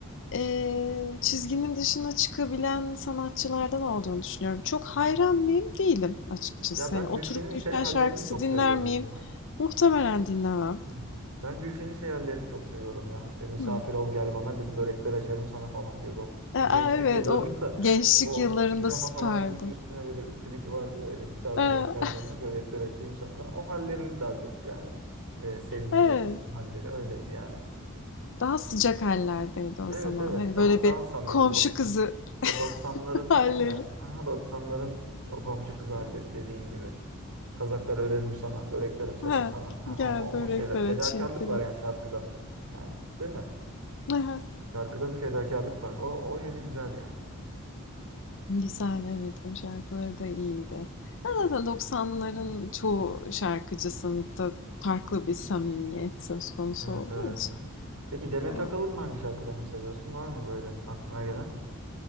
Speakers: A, on the left; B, on the right.
A: eee, çizginin dışına çıkabilen sanatçılardan olduğunu düşünüyorum. Çok
B: Hı
A: hayran
B: hı.
A: mıyım? Değilim açıkçası.
B: Ya ben
A: Hani oturup
B: Gülşen'in
A: Gülşen
B: şey hallerini
A: şarkısı
B: çok
A: dinler
B: seviyordum
A: miyim?
B: ya.
A: Muhtemelen dinlemem.
B: Hmm. Ben Gülşen'in şey hallerini çok seviyordum ya. İşte misafir
A: Hı.
B: ol gel bana bir börekler açarım sana falan diyordu. O,
A: E,
B: o gençlik
A: evet,
B: yıllarında
A: o gençlik
B: <laughs> o
A: yıllarında
B: pijama
A: süperdi.
B: falan giyip üstüne böyle klibi vardı ya öyle misafir
A: Eee,
B: ol gel bana börekler açayım sana. Ben o hallerini daha çok yani e, sevdiğim
A: evet.
B: özlediğim halleri öyleydi yani.
A: Daha sıcak hallerdeydi o
B: Evet
A: zaman.
B: evet
A: Hani,
B: daha
A: böyle,
B: daha
A: bir
B: samimi
A: komşu
B: dok-
A: kızı
B: o
A: <laughs>
B: 90'ların
A: halleri,
B: aynen ha doksanların o komşu kız halleri dediğin gibi. Kazaklar örerim sana, börekler açarım
A: He,
B: sana. Ha,
A: gel
B: o, o,
A: börekler
B: o şeyler. Fedakarlık
A: açayım filan.
B: var yani şarkıda. Yani değil mi?
A: Hı
B: Şarkıda bir fedakarlık var. O, o yönü güzel yani.
A: Güzel, evet, o şarkıları da iyiydi. Ya, zaten 90'ların çoğu şarkıcısında farklı bir samimiyet söz konusu
B: Evet
A: olduğu
B: evet
A: için.
B: ya. Peki Demet
A: O
B: Akalın'ın hangi şarkılarını seviyorsun? Var mı böyle aklına gelen?